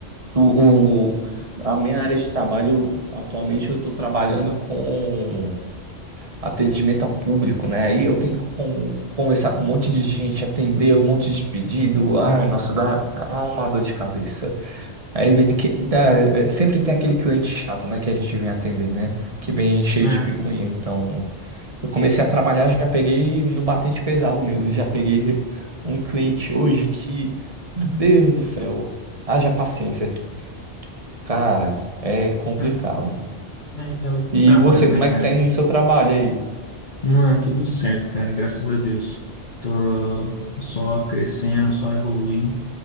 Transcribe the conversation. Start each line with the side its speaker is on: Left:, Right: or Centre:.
Right: tu- o, a minha área de trabalho, atualmente eu tô trabalhando com atendimento ao público, né? Aí eu tenho que con- conversar com um monte de gente, atender um monte de pedido. Ai,
Left: Hum,
Right: nossa, dá, dá uma dor de cabeça. Aí vem que- dá- é, sempre tem aquele cliente chato, né, que a gente vem atender, né? Que vem cheio
Left: ah,
Right: de picuinha.
Left: sim.
Right: Então, eu comecei a trabalhar, já peguei no batente pesado mesmo. Já peguei re- um cliente hoje que, Deus do céu, haja paciência. Cara, é complicado.
Left: Ah, é, é o
Right: E
Left: trabalho,
Right: você,
Left: né,
Right: como
Left: cara?
Right: é que tá indo no seu trabalho aí?
Left: Mano, tudo certo, cara, graças a Deus. Tô, tô só crescendo, só evoluindo.